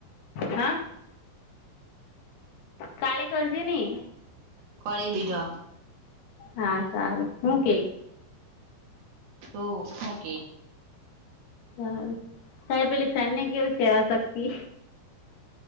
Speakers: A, on the left; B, on the right.
A: હા કાલે કરજે ની.
B: કરી દીધો.
A: હા સારું હું કેઈ
B: ટું હું કેય
A: સારુ તારે પેલી ફ્રેન્ડને કેવું છે અશક્તિ.